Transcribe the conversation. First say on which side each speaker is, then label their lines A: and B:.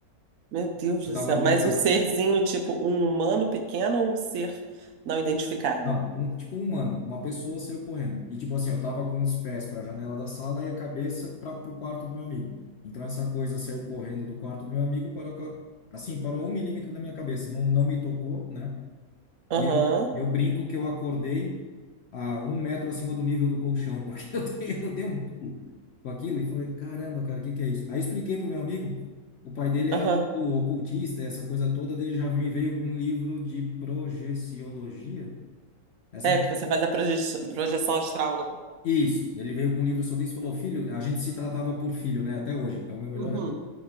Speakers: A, on the right; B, on the left.
A: Meu Deus
B: Eu
A: do
B: tava,
A: céu.
B: dor...
A: Mas
B: eu
A: um serzinho, tipo um humano pequeno ou um ser não identificado?
B: Não, um- tipo um humano, uma pessoa saiu correndo. E tipo assim, eu tava com os pés para a janela da sala e a cabeça para pro quarto do meu amigo. Então essa coisa saiu correndo do quarto do meu amigo, parou ca- assim, parou um milímetro da minha cabeça, não, não me tocou, né? E
A: Aham.
B: eu, eu brinco que eu acordei a um metro acima do nível do colchão, porque <laughs> eu dei, eu dei um pulo com aquilo e falei, caramba, cara, o que que é isso? Aí expliquei pro meu amigo, o pai dele
A: Aham.
B: era todo ocultista, essa coisa toda, ele já me veio com um livro de projeciologia. Essa
A: É que você faz a proje- projeção astral, né?
B: Isso, ele veio com um livro sobre isso e falou: Filho, a gente se tratava por filho, né? Até hoje, é o meu melhor
A: Uhum.
B: amigo.